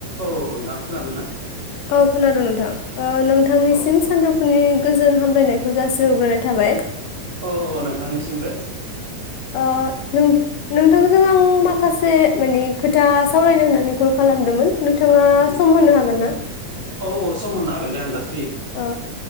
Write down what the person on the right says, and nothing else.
औव नोंथां खोनादोंना।
औ औ
अ औव नोंथांनिसिमबो।
<inaudible>